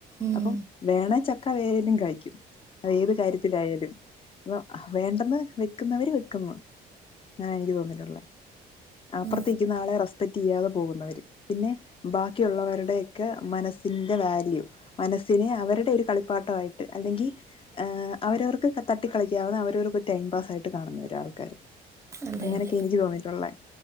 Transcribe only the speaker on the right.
ഉം
ഉം
അതെ
അതെ